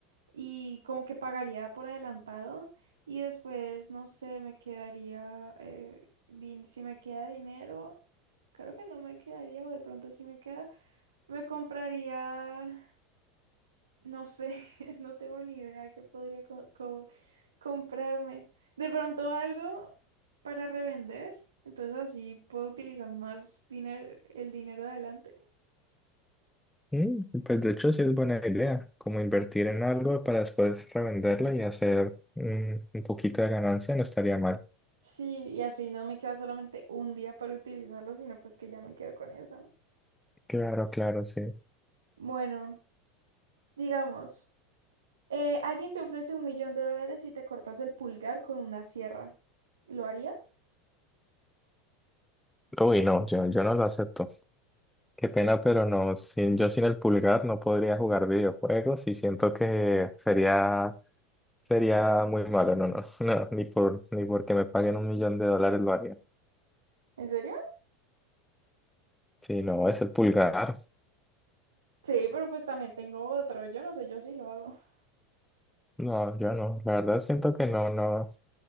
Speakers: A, on the right; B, in the centre.
A: y como que pagaría por adelantado y después, no sé, me quedaría, eh, din- si me queda dinero, creo que no me quedaría o de pronto si me queda, me compraría, no sé, <laughs> no tengo ni idea qué podría co- co- comprarme. De pronto algo para revender, entonces así puedo utilizar más dinero, el dinero de adelante.
B: Mm, Pues de hecho sí es buena idea, como invertir en algo para después revenderlo y hacer mm, un poquito de ganancia no estaría mal.
A: Sí, y así no me queda solamente un día para utilizarlo, sino pues que ya me quedo con eso.
B: Claro, claro, sí.
A: Bueno, Digamos, eh, alguien te ofrece un millón de dólares y te cortas el pulgar con una sierra. ¿Lo harías?
B: Uy, no, yo, yo no lo acepto. Qué pena, pero no, sin, yo sin el pulgar no podría jugar videojuegos y siento que sería, sería muy malo. No, no, <laughs> no, ni por, ni porque me paguen un millón de dólares lo haría.
A: ¿En serio?
B: Sí, no, es el pulgar.
A: Sí, pero pues también tengo otro. Yo no sé, yo sí lo hago. <laughs>
B: No, yo no. La verdad siento que no, no,